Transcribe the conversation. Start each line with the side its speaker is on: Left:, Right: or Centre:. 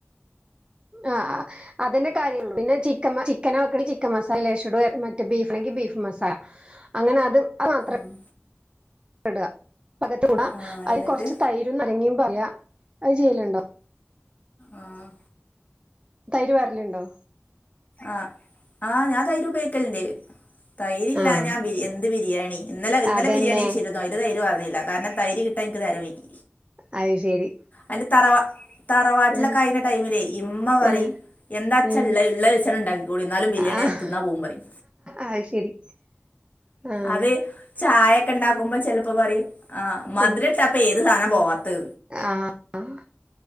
Right: ആഹ് അതന്നെ കാര്യള്ളു പിന്നെ ചിക്കം ചിക്കനാ വെക്കണങ്കി ചിക്കൻ മസാല ലേഷടും മറ്റെ ബീഫാണങ്കി ബീഫ് മസാല. അങ്ങനത് അത് മാത്ര
Left: ഉം
Right: ഇട ത്തൂടാ
Left: ആ
Right: അയില്
Left: എന്നിട്ട്
Right: കൊറച്ച് തൈരും നാരങ്ങയും പാരാ അത് ചെയ്യലുണ്ടോ?
Left: ആഹ്
Right: തൈര് പാരല്ണ്ടോ?
Left: ആഹ് ആ ഞാൻ തൈര് ഉപയോഗിക്കല്ണ്ട് തൈരില്ലാഞാ
Right: ആഹ്
Left: ബി എന്ത് ബിരിയാണി ഇന്നല ഇന്നലെ
Right: അതന്നെ
Left: ബിരിയാണി വെച്ചിരുന്നു അയില് തൈര് പാറ്ന്നില്ല കാരണം. തൈര് കിട്ടാൻ ഇനിക്ക് നേരം വൈകി.
Right: അഹ് ശരി
Left: അന്റെ തറവാ തറവാട്ടിലൊക്കെ
Right: ഏഹ്
Left: ആയിനെ ടൈമിലെ ഇമ്മ പറയും
Right: ഏഹ്
Left: എന്താച്ചാള്ളെ
Right: ഏഹ്
Left: ഇള്ളെ വെ ച്ചാണ്ട് ഇണ്ടാക്കി കൂടി ഇന്നാലും ബിരിയാണിയാവുമ്പം
Right: ആഹ്
Left: തിന്നാ പോവുന്നറിം
Right: അത് ശരി ആഹ്
Left: അത് ഈ ചായൊക്കെണ്ടാക്കുമ്പോ ചെലപ്പം പറയും ആ മധുരട്ടാപ്പൊ
Right: ഉം
Left: ഏത് സാധനാ പോവാത്തെ
Right: ആഹ്